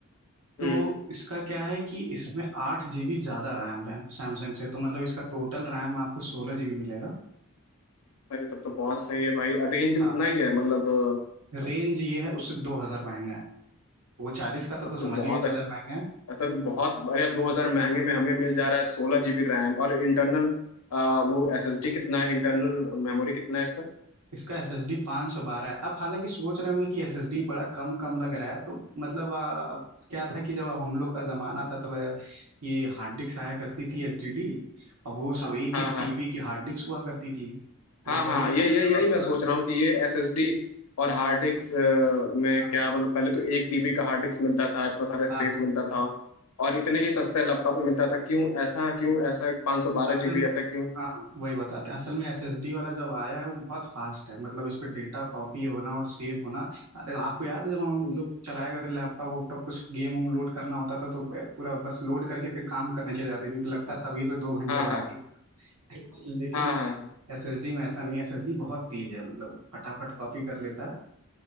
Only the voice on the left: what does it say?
हम्म
अरे तब तो बहुत सही है भाई रेंज उतना
ही है मतलब अ,
तब
तो
बहुत
तो, तो बहुत अरे दो हजार महंगे में हमें मिल जा रहा है सोलह जीबी रैम और इंटरनल आ, वो एसएसडी कितना है इंटरनल मेमोरी कितना है इसका
हाँ
हाँ
हाँ
हाँ
ये यही यही
मैं
सोच रहा हूँ कि ये एसएसडी और हार्ड डिस्क में
क्या मतलब पहले तो एक टीबी का हार्ड डिस्क मिलता था इतना सारा
स्पेस
मिलता था और इतने ही सस्ते लैपटॉप में मिलता था क्यों ऐसा क्यों ऐसा पाँच सौ बारह
जीबी ऐसा क्यों
हम्म,
हाँ
हाँ
हाँ हाँ हाँ